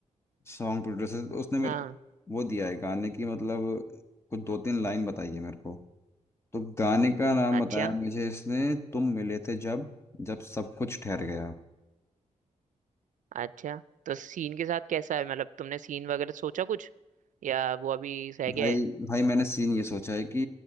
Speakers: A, on the left; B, on the right.
A: सॉन्ग प्रोड्यूसर से, तो उसने मेरे
B: हाँ
A: को वो दिया है गाने की मतलब कुछ दो तीन लाइन बताई है मेरे को तो गाने का नाम
B: अच्छा
A: बताया मुझे इसने तुम मिले थे जब जब सब कुछ ठहर गया
B: अच्छा तो सीन के साथ कैसा है मतलब तुमने सीन वगैरह सोचा कुछ या वो अभी सह गया
A: भाई
B: है
A: भाई मैंने सीन ये सोचा है कि